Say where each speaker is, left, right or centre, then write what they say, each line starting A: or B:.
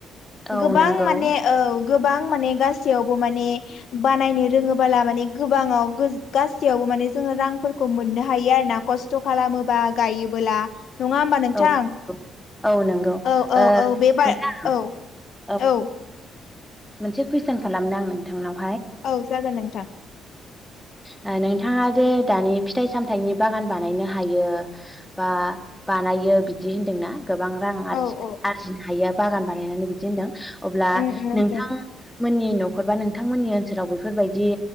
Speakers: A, in the centre; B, on the left.
A: औ
B: गोबां
A: नंगौ
B: माने औ गोबां माने गासैयावबो माने बानायनो रोङोबोला माने गोबाङाव गासैयावबो माने जोङो रांफोरखौ मोननो हायो आरो ना खस्थ' खालामोबा गायोबोला नङा होमबा नोंथां?
A: औ औ नंगौ
B: औ औ
A: ओ
B: औ बेबा
A: नोंथां
B: औ
A: ओ
B: औ
A: मोनसे कुइसन खालामनो आं नोंथांनाव।
B: औ जागोन नोंथां।
A: औ नोंथाङा जे दानि फिथाइ सामथाइनि बागान बानायनो हायो। बा बा बानायो बिदि होनदोंना। गोबां रां आरजिनो
B: औ औ
A: हायो बागान बानायनानै बिदि होनदों? अब्ला
B: उम उम नोंथां
A: नोंथांमोननि न'खर बा नोंथांमोननि ओनसोलाव बेफोरबायदि